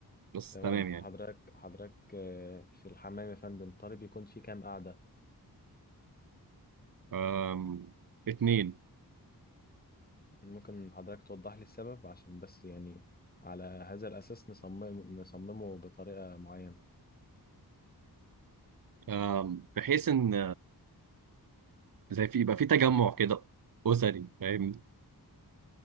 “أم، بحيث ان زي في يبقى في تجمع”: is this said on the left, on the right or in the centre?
Right